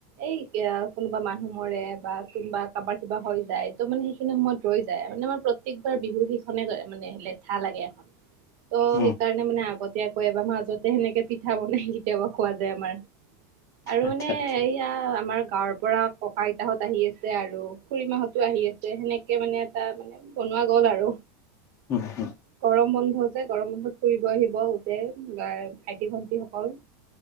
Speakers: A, on the right; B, on the left.
A: এই আ কোনোবা মানুহ মৰে বা কোনোবা কাৰোবাৰ কিবা হৈ যায়, ত' মানে সেইখিনি সময়ত! ৰৈ যায় মানে, আমাৰ প্ৰত্যেকবাৰ বিহুৰ সেইখনে মানে লেঠা লাগে এখন ত'
B: উম
A: সেইকাৰ ণে মানে আগতীয়াকৈ এবাৰ মাজতে সেনেকে পিঠা বনাই কেতিয়াবা খোৱা যায় আমাৰ। আৰু
B: আচ্ছা
A: মানে এই!
B: আচ্ছা
A: এতিয়া আমাৰ গাঁৱৰ পৰা ককা আইতাহঁত আহি আছে আৰু খুুৰী মাহঁতো আহি আছে সেনেকে মানে এটা মানে! বনোৱা গ'ল আৰু
B: হুম হুম
A: গৰম বন্ধ যে, গৰম বন্ধত ফুৰিব আহিব গোটেই গহ ভাইটি ভন্টিসকল।